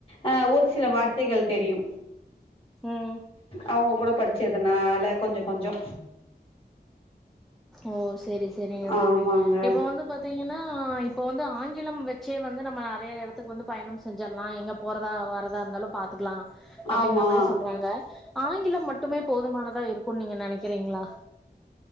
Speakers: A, on the left (about 30°); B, in the centre.
A: ஆ ஒரு சில
B: ம்
A: வார்த்தைகள் தெரியு
B: ம்
A: அவங்க கூட படிச்சதுனால கொஞ்சோ கொஞ்சோ
B: ஓ செரி செரிங்க தோழி
A: ஆமாங்க
B: இப்ப வந்து பாத்தீங்கன்னா இப்ப வந்து ஆங்கிலம் வெ ச்சே வந்து நம்ம நெறைய எடத்துக்கு வந்து பயணம் செஞ்சர்லா எங்க போறதா வர தா இருந்தாலு பாத்துக்கலா அப்டிங்கிற
A: ஆமா
B: மாரி சொல்றாங்க. ஆங்கிலம் மட்டுமே போதுமானதா இருக்குன் நீங்க நெனைக்கிறீங்களா?